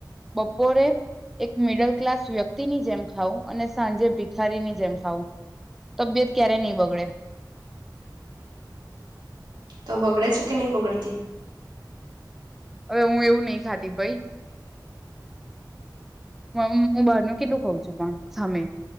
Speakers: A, in the centre; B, on the right.
A: બપોરે એક મિડલ ક્લાસ વ્યક્તિની જેમ ખાવું અને સાંજે ભિખારીની જેમ ખાવું તબિયત ક્યારે નહી બગડે
B: તો બગડે છે કે નહી બગડતી
A: હવે હું એવું નહી ખાતી ભાઈ હ હું બહાર ન કેટલું કઉ છું પણ સામે